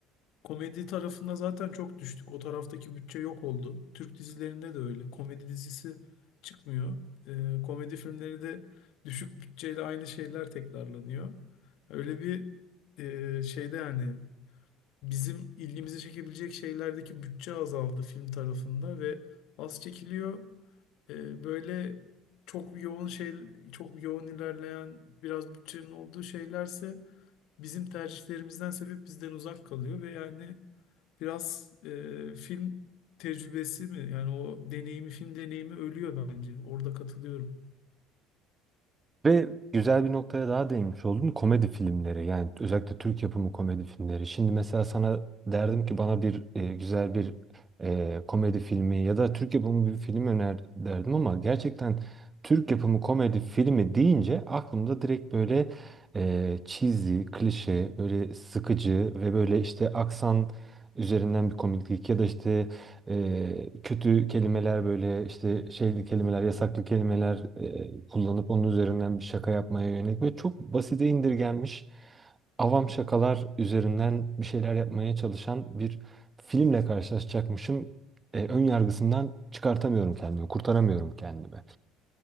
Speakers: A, on the left; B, on the right.
A: Komedi tarafında zaten çok düştük. O taraftaki bütçe yok oldu. Türk dizilerinde de öyle. Komedi dizisi çıkmıyor. E, komedi filmleri de düşük bütçeyle aynı şeyler tekrarlanıyor. Öyle bir e, şeyde yani bizim ilgimizi çekebilecek şeylerdeki bütçe azaldı film tarafında ve az çekiliyor. Ee, böyle çok yoğun şey, çok yoğun ilerleyen biraz bütçenin olduğu şeylerse bizim tercihlerimizden sebep bizden uzak kalıyor ve yani biraz e, film tecrübesi mi yani o deneyimi film deneyimi ölüyor bence. Orada katılıyorum.
B: Ve güzel bir noktaya daha değinmiş oldun. Komedi filmleri yani özellikle Türk yapımı komedi filmleri. Şimdi mesela sana derdim ki bana bir e, güzel bir e, komedi filmi ya da Türk yapımı bir film öner derdim ama gerçekten Türk yapımı komedi filmi deyince aklımda direkt böyle e, cheesy, klişe, böyle sıkıcı ve böyle işte aksan üzerinden bir komiklik ya da işte e, kötü kelimeler böyle işte şeyli kelimeler, yasaklı kelimeler e, kullanıp onun üzerinden bir şaka yapmaya yönelik ve çok basite indirgenmiş avam şakalar üzerinden bir şeyler yapmaya çalışan bir filmle karşılaşacakmışım. E, ön yargısından çıkartamıyorum kendimi, kurtaramıyorum kendimi.